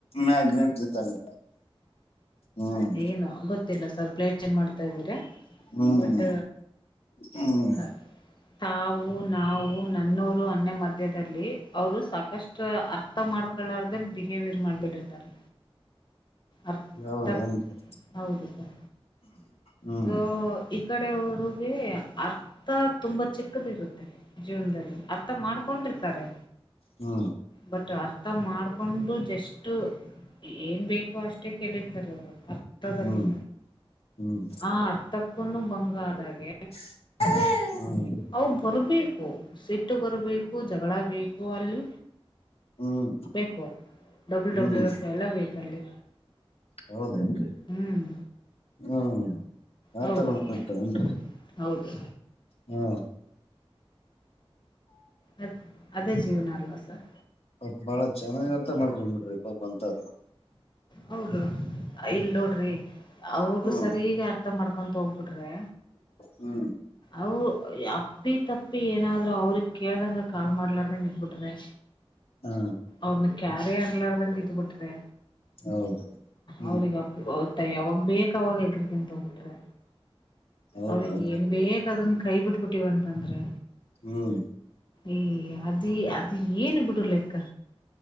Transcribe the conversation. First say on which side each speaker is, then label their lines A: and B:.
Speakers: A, on the left (about 75°); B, on the left (about 50°).
A: ಮ್ಯಾಗ್ನೇಟ್ ಇದ್ದಂಗ. ಹ್ಮ್
B: ಏನು ಗೊತ್ತಿಲ್ಲ ಸರ್ ಪ್ಲೇಟ್ ಚೇಂಜ್ ಮಾಡ್ತಾ ಇದ್ದೀರಿ
A: ಹ್ಮ್
B: ಬಟ್
A: ಹ್ಮ್
B: ಹ ಅ ತಾವು ನಾವು ನನ್ನೋರು ಅನ್ನೊ ಮಧ್ಯದಲ್ಲಿ ಅವರು ಸಾಕಷ್ಟು ಅರ್ಥ ಮಾಡ್ಕೊಳ್ಳಾರ್ದೆ ಬಿಹೇವಿಯರ್ ಮಾಡ್ಬಿಟ್ಟಿರ್ತಾರೆ. ಅರ್
A: ಹೌದೇನ್ರಿ
B: ತಕ್ ಹೌದು ಸರ್
A: ಹ್ಮ್
B: ಸೊ ಈ ಕಡೆ ಅವ್ರರಿಗೆ ಅರ್ಥ ತುಂಬಾ ಚಿಕ್ಕದ ಇರುತ್ತೆ. ಜೀವನ್ದಲ್ಲಿ ಅರ್ಥ ಮಾಡ್ಕೊಂಡಿರ್ತಾರೆ.
A: ಹ್ಮ
B: ಬಟ್ ಅರ್ಥ ಮಾಡ್ಕೊಂಡು ಜಸ್ಟ್ ಏನ್ ಬೇಕು ಅಷ್ಟೇ ಕೇಳಿರ್ತಾರೆ ಅವರು ಅರ್ಥದಲ್ಲಿ
A: ಹ್ಮ್ ಹ್ಮ್ ಹ್ಮ್
B: ಆ ಅರ್ಥ ಕಣ್ಣು ಬಂಗ ಅದ ಆಗೇ
A: ಹ್ಮ <unintelligible>
B: ಅವು ಬರ್ಬೇಕು ಸಿಟ್ಟು ಬರ್ಬೇಕು ಜಗಳ ಬೇಕು ಅಲ್ಲಿ
A: ಹ್ಮ್
B: ಬೇಕು ಡಬ್ಲ್ಯೂ
A: ಹ್ಮ್
B: ಡಬ್ಲ್ಯೂ ಎಫ್ ಎಲ್ಲ ಬೇಕಲ್ಲಿ
A: ಹೌದೇ ಏನ್ರಿ
B: ಹ್ಮ್
A: ಹ್ಮ್ ಆತರ
B: ಹೌದು ಸರ್
A: ಇರ್ತಾರ ಏನ್ರಿ
B: ಹೌದು
A: ಹ್ಮ್
B: ಅ ಅದೇ ಜೀವನ ಅಲ್ವಾ ಸರ್
A: ಅ ಬಾಳ ಚೆನ್ನಾಗಿ ಅರ್ಥ ಮಾಡ್ಕೊಂಡ್ ಬಿಡ್ರಿ ಪಾಪ ಅಂತರ್ನ
B: ಹೌದು ಇಲ್ ನೋಡ್ರಿ ಅವ್ರ
A: ಹ್ಮ್
B: ಸರಿಗ ಅರ್ಥ ಮಾಡ್ಕೊತಾ ಹೋಗ್ಬಿಟ್ರಿ
A: ಹ್ಮ್
B: ಅವ ಅಪ್ಪಿ ತಪ್ಪಿ ಏನಾದ್ರು ಅವ್ರ ಕೇಳ್ದಂಗ ಕಾಲ್ ಮಾಡ್ಲಾರ್ದಂಗ ಇದ್ಬಿಟ್ರೆ
A: ಹಾ
B: ಅವ್ರನ ಕ್ಯಾರಿ ಅನ್ಲಾರದಂಗ ಇದ್ ಬಿಟ್ರೆ
A: ಹೌದು ಹ್ಮ್
B: ಅವ್ರಗಪ್ಪ ಓದ್ತಾ ಅವಾವಾಗ ಬೇಕಾವಾಗ ಹೆಗ್ರಗಂತ ಹೋಗ್ಬಿಟ್ರೆ
A: ಹೌದು
B: ಅವ್ರಿಗೆ
A: ಹೌದು
B: ಏನ್ ಬೇ ಅದನ್ನ ಕೈ ಬಿಟ್ಬಿಟ್ಟಿವಂತಂದ್ರೆ
A: ಹ್ಮ್
B: ಏ ಅದೇ ಅದ ಏನ್ ಬಿಡು ಲೆಕ್ಕ